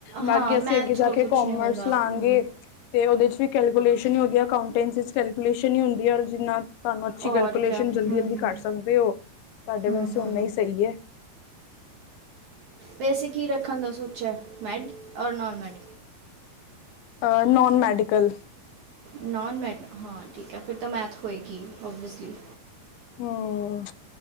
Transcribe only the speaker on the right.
ਹਾਂ ਮੈਥ
ਹੋਰ ਕੁਝ
ਨਹੀਂ ਹੁੰਦਾ
ਹਮ,
ਔਰ
ਕਿਆ
ਹਮ ਹਮ
ਹਮ
ਹਮ
ਵੈਸੇ ਕੀ ਰੱਖਣ ਦਾ ਸੋਚੇਆ ਮੈੱਡ ਔਰ ਨੋਨ ਮੈੱਡ?
ਨੋਨ ਮੈਡ, ਹਾਂ ਠੀਕੈ ਫਿਰ ਤਾਂ ਮੈਥ ਹੋਏਗੀ ਓਬੀਸਿਲੀ।